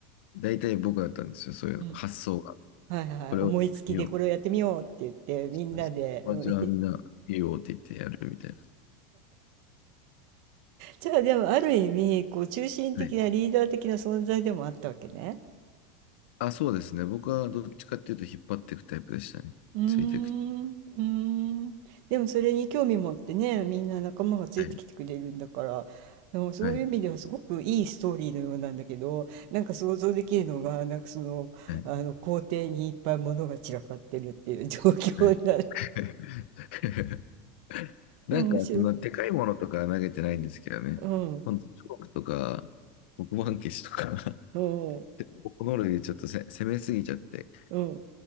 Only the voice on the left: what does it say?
大体僕だったんですよ、そういうの。
発想が。
これをやってみようみたいな。友達はみんな、
いいよって言ってやるみたいな。
はい。あ、そうですね。僕はどっちかっていうと引っ張っていくタイプでしたね。
ついていく。
はい。
はい。
はい。
はい。<laughs> なんか、
そんなでかいものとかは投げてないんですけどね。
ほんと、チョークとか、黒板消しとか、<laughs>
でこの類でちょっとせ攻めすぎちゃって、